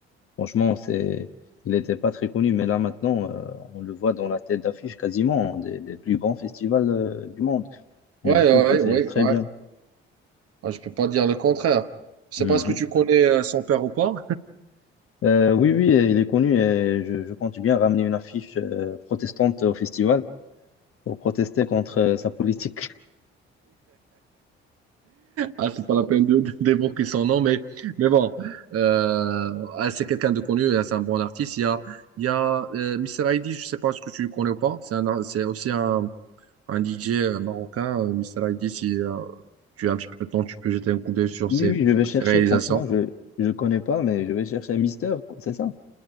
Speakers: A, on the left (about 45°); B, on the right (about 50°).
A: Franchement, c'est, il n'était pas très connu, mais là maintenant, euh, on le voit dans la tête d'affiche quasiment hein, des, des plus grands festivals euh, du monde.
B: Ouais,
A: Mais
B: ouais,
A: je trouve que c'est
B: ouais, ouais.
A: très
B: ouais.
A: bien.
B: Ah, Je peux pas dire le contraire. Je
A: Mhm.
B: sais pas ce que tu connais euh, son père ou pas.
A: Euh, oui, oui, euh, il est connu et je, je compte bien ramener une affiche euh, protestante au festival pour protester contre euh, sa politique. <laughs>
B: Ah, c'est pas la peine de, de- d'évoquer son nom, mais, mais bon, euh, ah, c'est quelqu'un de connu, ah, c'est un bon artiste. Il y a, il y a euh, Mr. Aidi, je sais pas ce que tu le connais ou pas. C'est un, ar- c'est aussi un, un DJ marocain. Euh, Mr. Aidi, si euh, tu as un petit peu de temps, tu peux jeter un coup d'œil sur
A: Oui,
B: ses,
A: oui, je vais chercher,
B: ses réalisations.
A: franchement, je ne connais pas, mais je vais chercher Mister, c'est ça?